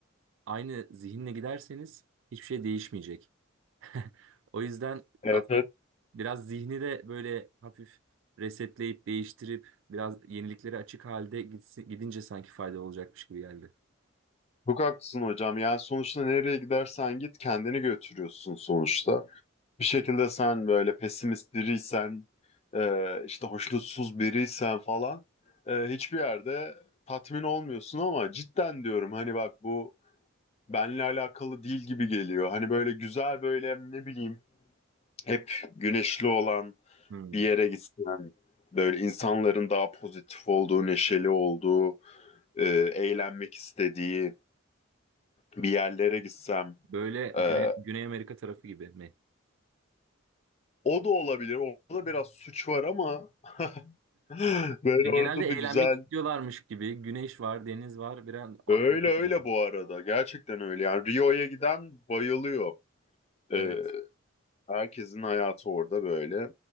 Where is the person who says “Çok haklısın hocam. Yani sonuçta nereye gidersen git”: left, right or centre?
Left